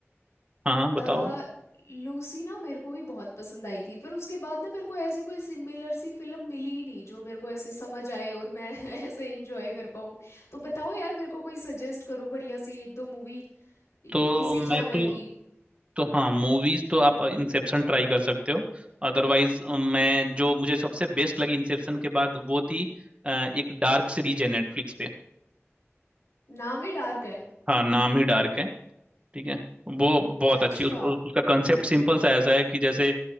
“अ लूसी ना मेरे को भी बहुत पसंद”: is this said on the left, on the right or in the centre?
Left